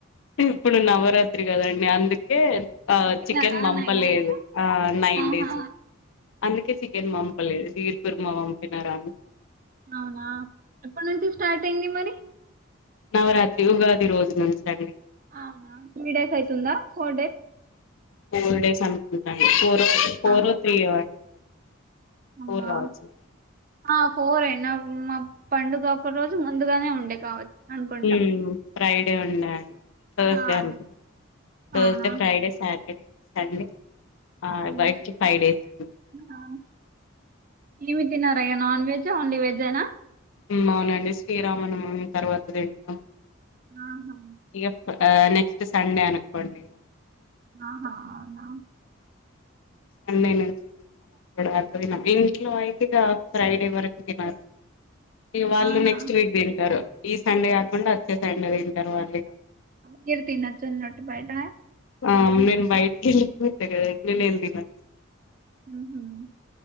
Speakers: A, on the left; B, on the right.
A: ఇప్పుడు నవరాత్రి కాదండి అందుకె ఆ
B: తిన్నారా
A: చికెన్ వంపలేదు
B: నైన్ డేస్
A: ఆ నైన్
B: ఆహా
A: డేస్ అందుకే చికెన్ పంపలేదు షీర్ ఖుర్మా పంపినారు
B: అవునా ఎప్పుటి నుంచి స్టార్ట్ అయింది మరి
A: నవరాత్రి ఉగాది రోజు నుంచి అండి
B: అవునా త్రీ డేస్ అయితుందా ఫోర్ డేస్
A: ఫోర్ డేస్ అనుకుంటండీ ఫోరొ ఫోర్
B: అవు
A: త్రీ అండి
B: అవునా
A: ఫోర్ కావచ్చు
B: ఆ ఫోరే నవ్ మ పండుగ ఒక రోజు ముందుగానే ఉండే కావచ్చు అనుకుంటా
A: హ్మ్ ఫ్రైడే ఉండ తార్స్డే
B: ఆ అదే
A: అను తార్స్డే,
B: అవునా
A: ఫ్రైడే, సాటర్డే సాటర్డే ఆ
B: అండి
A: ఫైవ్ డేస్ అండి
B: ఆ ఏమి తిన్నారా ఇగ నాన్వెజు ఓన్లీ వెజ్ఏన
A: హ్మ్ అవునండి శ్రీరామనవమి తర్వాత తింటాం
B: ఆహా
A: ఇక ఆ నెక్స్ట్ సండే అనుకొండి
B: ఆహా అవునా
A: సండే నుంచి అక్కడ అక ఇంట్లో అయితే ఇగ ఫ్రైడే వరకు తినరు ఇగ వాళ్లు
B: ఆహా
A: నెక్స్ట్ వీక్ తింటరు ఈ సండే కాకుండా ఒచ్చే సండే తింటారు వాళ్ళ
B: మీర్ తినచ్చు నట ఉన్నటు బయట
A: ఆ నేను బైటికి వెళిపోతా కదా నేను ఏం తిన అండ్ నాకు
B: హ్మహమ్